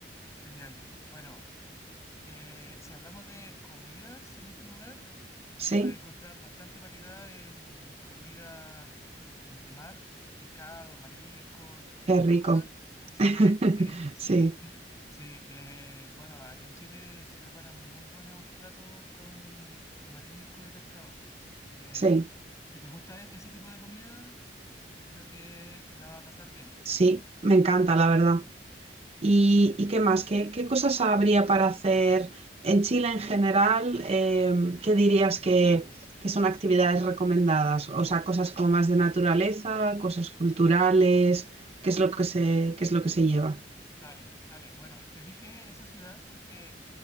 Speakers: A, on the left; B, on the right.
A: genial. Bueno, eh, si hablamos de comidas en este lugar.
B: sí.
A: Puedes encontrar bastante variedad en comidas eh, de mar, pescado, mariscos y
B: Qué
A: esas
B: rico.
A: cosas. Sí,
B: <laughs>
A: sí, <laughs> sí,
B: Sí,
A: sí. eh, bueno, aquí en Chile se preparan muy buenos platos con, con marisco y pescado. Así que
B: sí,
A: si te gusta e- ese tipo de comida, yo creo que la va a pasar bien.
B: sí, me encanta, la verdad. ¿Y, y qué más? ¿Qué, qué cosas habría para hacer en Chile en general? Em, ¿qué dirías que, que son actividades recomendadas? O sea, cosas como más de naturaleza, cosas culturales, ¿qué es lo que se, qué es lo que se lleva?
A: Dale, dale. Bueno, te dije esa ciudad porque